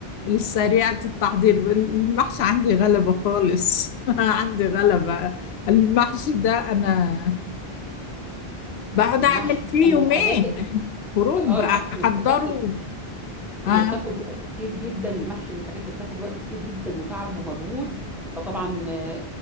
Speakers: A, on the left (about 80°); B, in the centre.
A: السريعه التحضير المحشي عندي غلبه خالص <laughs> عندي غلبه المحشي ده انا بعد
B: المحشي
A: اعمل فيه
B: حاجة
A: يومين
B: من الحاجات
A: كروب
B: اه
A: بقى
B: المحشي
A: احضره
B: من الحاجات اللي
A: اه
B: بتاخد وقت كتير جدا المحشي من الحاجات اللي بتاخد وقت كتير جدا وتعب ومجهود فطبعا آه،